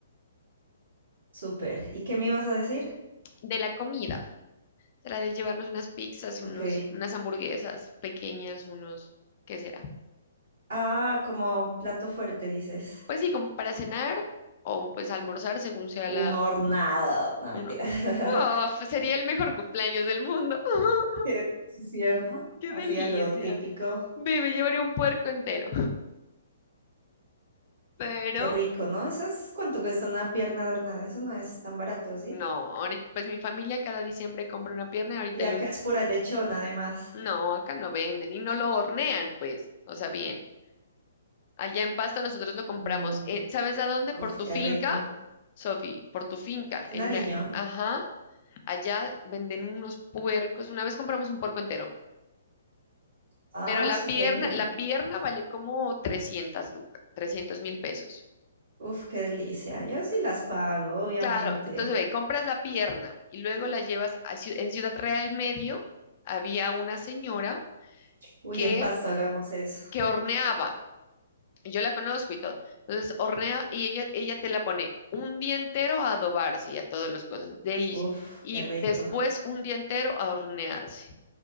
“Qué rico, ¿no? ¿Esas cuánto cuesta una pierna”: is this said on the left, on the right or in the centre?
Right